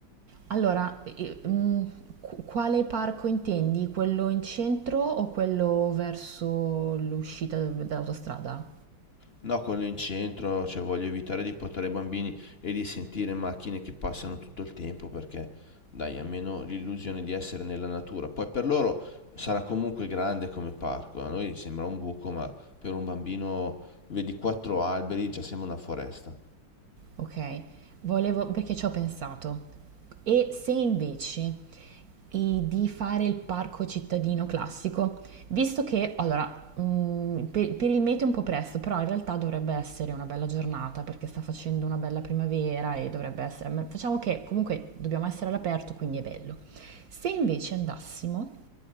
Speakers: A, on the right; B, on the left.
A: Allora, eh, mm, qu- quale parco intendi? Quello in centro o quello verso l'uscita dall'autostrada?
B: No, quello in centro, cioè voglio evitare di portare i bambini e di sentire macchine che passano tutto il tempo perché dai, almeno l'illusione di essere nella natura. Poi per loro sarà comunque grande come parco, a noi sembra un buco, ma per un bambino vedi quattro alberi, già sembra una foresta.
A: Ok, volevo perché ci ho pensato. E se invece i- di fare il parco cittadino classico, visto che allora mh, per, per il meteo è un po' presto, però in realtà dovrebbe essere una bella giornata perché sta facendo una bella primavera e dovrebbe essere, ma facciamo che comunque dobbiamo essere all'aperto, quindi è bello. Se invece andassimo